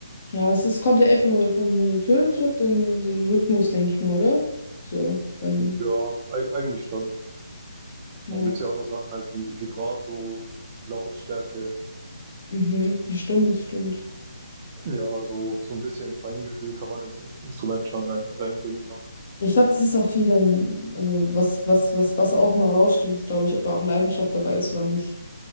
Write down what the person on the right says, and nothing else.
Ja, ei- eigentlich schon.
Dann gibt es ja auch noch Sachen halt wie Vibrato, Lautstärke.
Ja, so, so ein bisschen Feingefühl kann man ins In- Instrument schon rein, reinbringen noch.